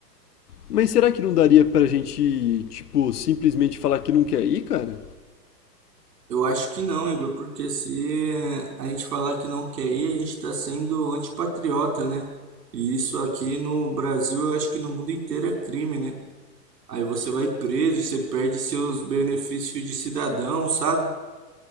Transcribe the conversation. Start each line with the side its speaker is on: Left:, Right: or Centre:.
Left: Mas será que não daria pra gente, tipo, simplesmente falar que não quer ir, cara?
Right: Eu acho que não, Igor, porque se a gente falar que não quer ir, a gente tá sendo antipatriota, né? E isso aqui no Brasil, eu acho que no mundo inteiro é crime, né? Aí você vai preso, você perde seus benefícios de cidadão, sabe?